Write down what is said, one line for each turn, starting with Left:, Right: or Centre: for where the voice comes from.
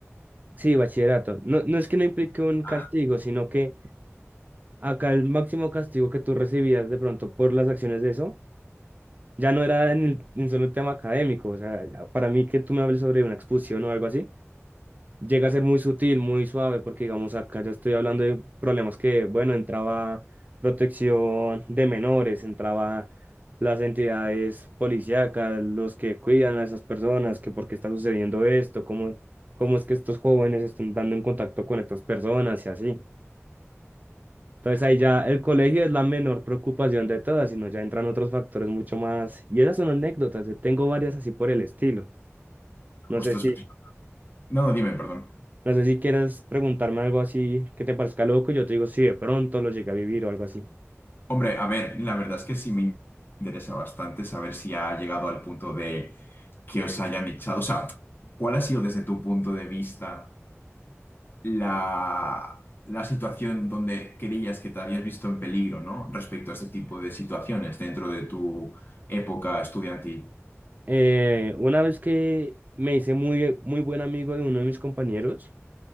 Right: Sí, bachillerato. No, no es que no implique un
Left: Ah,
Right: castigo, sino que acá el máximo castigo que tú recibías de pronto por las acciones de eso, ya no era en el, en solo el tema académico. O sea, para mí que tú me hables sobre una expulsión o algo así, llega a ser muy sutil, muy suave, porque digamos acá ya estoy hablando de problemas que, bueno, entraba protección de menores, entraba las entidades policíacas, los que cuidan a esas personas, que por qué está sucediendo esto, cómo, cómo es que estos jóvenes están dando en contacto con estas personas y así. Entonces ahí ya el colegio es la menor preocupación de todas, sino ya entran otros factores mucho más. Y esas son anécdotas, yo tengo varias así por el estilo. No
Left: ostras,
Right: sé si
Left: pues, no, dime, perdón.
Right: No sé si quieras preguntarme algo así que te parezca loco, yo te digo si de pronto lo llegué a vivir o algo así.
Left: Hombre, a ver, la verdad es que sí me interesa bastante saber si ha llegado al punto de que os hayan echado. O sea, ¿cuál ha sido desde tu punto de vista la, la situación donde creías que te habías visto en peligro, ¿no? Respecto a este tipo de situaciones dentro de tu época estudiantil.
Right: Eh, una vez que me hice muy, muy buen amigo de uno de mis compañeros,